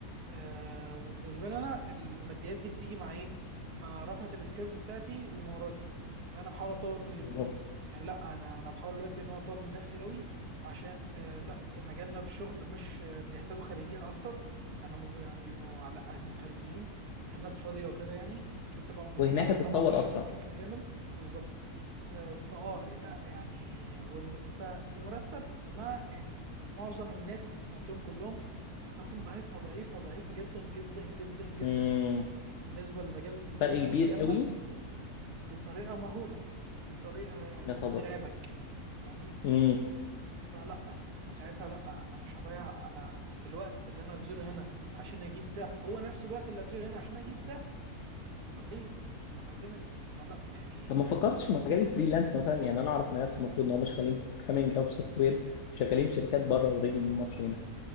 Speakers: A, on the right; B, on the left.
A: آه وبالنسبه لي انا الماديات دي بتيجي مع ايه مع رفعه السكيلز بتاعتي ومهاراتي فانا بحاول اطور من الاثنين
B: بالظبط
A: يعني لا انا انا بحاول دلوقتي ان انا اطور من نفسي قوي عشان آه لا مجالنا في الشغل مش آه، بيحتاجوا خريجين اكتر يعني هم بيبقوا على- عايزين خريجين الناس فاضيه وكده يعني عشان تبقى متفرغ
B: وهناك هتتطور
A: طبعا للشغل
B: اسرع
A: بشكل كامل بالظبط آه فاه لا يعني والم- فالمرتب ما يعني معظم الناس اللي سمعتهم كلهم التلاته ضعيفه ضعيفه ضعيفه جدا جدا جدا جدا
B: امم
A: يعني بالنسبه للمجال
B: فرق
A: بالنسبه
B: كبير
A: لمجالنا
B: قوي
A: بطريقه مهوله بطريقه يعني
B: يا خبر
A: ترعبك فاهمني
B: امم
A: فلا فساعتها لا انا مش هضيع انا الوقت اللي انا هبذله هنا عشان اجيب ده هو نفس الوقت اللي هبذله هنا عشان اجيب ده طب ليه انا قدامي ده فلا يعني
B: طب ما فكرتش في مجال الفريلانس مثلا يعني انا اعرف ناس المفروض ان هم شغالين في بروجرامنج او في سوفت وير شغالين في شركات بره اوريدي من مصر هنا